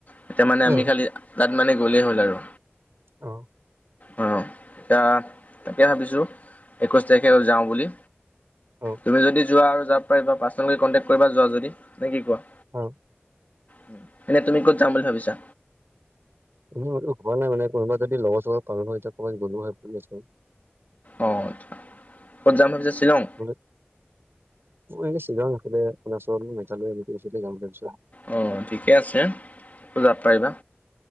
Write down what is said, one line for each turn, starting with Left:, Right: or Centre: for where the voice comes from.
Left: তেতিয়া মানে
Right: অ
Left: আমি খালি তাত মানে গ'লেই হ'ল আৰু
Right: অ
Left: অ এতিয়া তাকে ভাবিছো একৈশ তাৰিখে যাও বুলি
Right: অ
Left: তুমি যদি যোৱা আৰু যাব পাৰিবা পাৰ্চনেলকে কনটেক্ট কৰিবা যোৱা যদি নে কি কোৱা
Right: অ
Left: উম এনে তুমি ক'ত যাম বুলি ভাবিছা
Right: একো হোৱা নাই মানে কোনোবা যদি লগৰ চগৰ পালো হৈ তেতিয়া কবাত গলো হৈ বুলি ভাবিছিলো
Left: অ আচ্ছা ক'ত যাম ভাবিছা শ্বিলং
Right: মানে মোৰ এনেই শ্বিলং নাছিলে অৰুণাচল মেঘালয়
Left: অ ঠিকে আছে যাব পাৰিবা